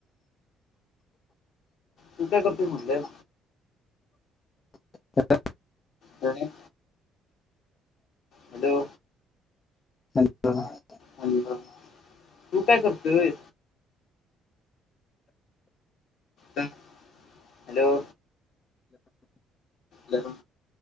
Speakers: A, on the left (about 55°); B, on the left (about 35°).
A: तू काय करतोसं म्हटलं?
B: हो <unintelligible>
A: ह. हॅलो.
B: ह <unintelligible>
A: हॅलो, तू काय करतयं? हॅलो. हॅलो.